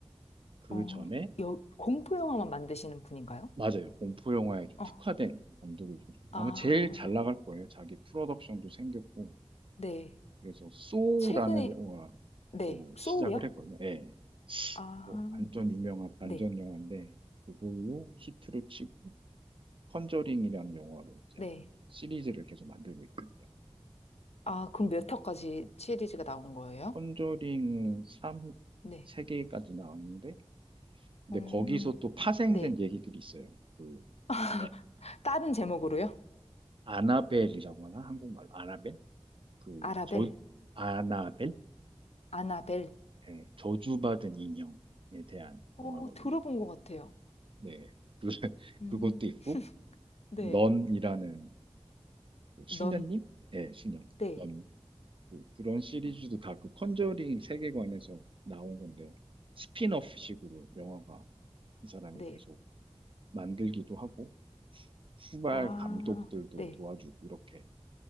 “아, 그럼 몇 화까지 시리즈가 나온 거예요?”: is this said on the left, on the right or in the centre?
Left